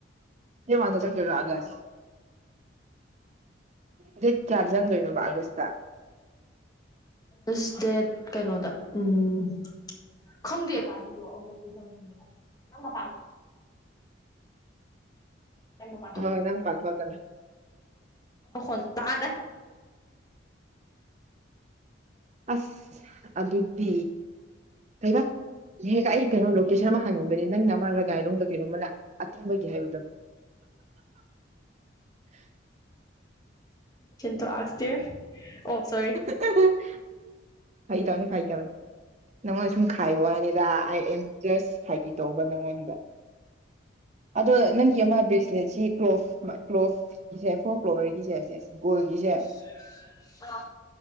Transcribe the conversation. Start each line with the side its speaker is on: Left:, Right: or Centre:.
Right: ꯀꯣꯥꯟꯗ ꯆ ꯃꯣ ꯑꯒꯥꯁ ꯠ ꯆꯥꯖꯥꯡ ꯂꯩꯅꯣꯕ ꯑꯒꯁꯇꯥ
Left: ꯑꯁꯦ ꯀꯩꯅꯣꯗ ꯎꯝ ꯈꯪꯗꯦꯕ ꯑꯗꯨꯗꯣ ꯑꯕꯁꯨꯗꯪꯅꯦꯦꯕ ꯅꯪ ꯃꯄꯥ ꯑ
Right: ꯍꯣꯏ ꯅꯝ ꯄꯊꯣ ꯇꯅ
Left: ꯑꯣ ꯍꯣ ꯇ ꯑ
Right: ꯑꯁ ꯑꯗꯨ ꯑꯗꯨꯗꯤ ꯍꯥꯏꯩꯔ ꯍꯦꯛ ꯑꯩ ꯀꯩꯅꯣ ꯂꯣꯀꯦꯁꯟ ꯑꯃ ꯍꯪꯅꯤꯡꯕꯅꯦ ꯅꯪꯅ ꯑꯃ ꯔꯒꯥꯏꯔꯣꯝꯗ ꯀꯩꯅꯣꯝꯃꯅ ꯑꯇꯤꯡꯕꯒꯤ ꯍꯥꯏꯕꯗꯣ <inaudible>
Left: ꯀꯤꯟ ꯑꯁꯇꯔ ꯑꯣ ꯁꯣꯔꯤ
Right: <inaudible> ꯐꯩ ꯇꯧꯅꯤ ꯐꯩ ꯇꯧꯅꯤ ꯅꯪꯉꯣꯟꯗ ꯁꯨꯝ ꯈꯥꯏꯕ ꯋꯥꯅꯤꯗꯦꯝ ꯖꯁ ꯐꯥꯒꯤ ꯇꯧꯕ ꯅꯪꯉꯣꯟꯗ ꯑꯗꯣ ꯅꯪꯒꯤ ꯑꯃ ꯕ꯭ꯔꯦꯁꯂꯦꯠꯁꯤ ꯀ꯭ꯂꯣꯐ ꯀ꯭ꯂꯣꯐ ꯏꯁꯁꯦ ꯐꯣꯔ ꯐ꯭ꯂꯣꯋꯔꯒꯤꯁꯦꯁꯦ ꯒꯣꯜꯒꯤꯁꯦ
Left: ꯁꯤ ꯑ